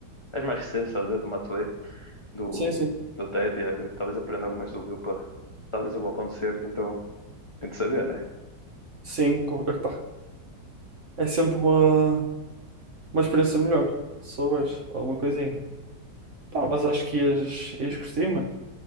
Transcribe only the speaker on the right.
Sim, sim.
Sim, co- epá, é sempre uma, uma experiência melhor, se souberes alguma coisinha. Pá, mas acho que ias, ias curtir, mano.